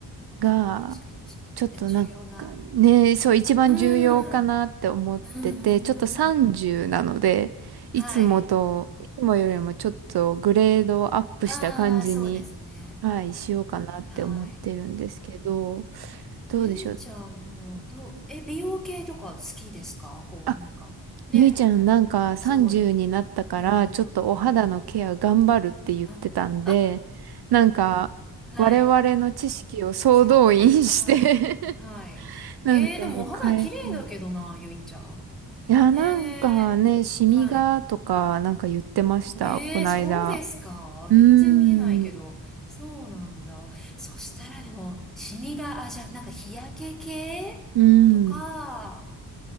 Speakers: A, in the centre; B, on the right.
A: あ、
B: が、
A: 確かに確かに。
B: ちょっとなんかね、
A: で重要な。
B: そう一番重要かなって思ってて、
A: うん。うんうんうん。
B: ちょっと30なので、いつもと、
A: はい。
B: いつもよりもちょっとグレードをアップした感じに、
A: ああ、そうですね。
B: はい、しようかなって思ってるんですけど、
A: はい。
B: どうでしょう。
A: ゆいちゃんも、どう、え、美容系とか好きですかこう、
B: あ、
A: なんか。ね、
B: ゆいちゃんなんか30になったから、
A: すごい。うん、うん、
B: ちょっとお肌のケア頑張るって言ってたんで、
A: うん、うん、うん。は
B: なんか、
A: い。はい。
B: 我々の知識を総動員して
A: すごい。はい。はい。
B: <laughs> なんか変えたら
A: えー、でもお肌綺麗だけどな、ゆいちゃん。
B: いや、
A: ねえ。
B: なんかね、シミがとかなんか言ってました、
A: はい。ええー、
B: こないだ。
A: そうですか。
B: うー
A: 全然見えないけど。
B: ん、
A: そうなんだ。そしたらでも、シミが、あ、じゃあ、なんか日焼け系とか、
B: うん。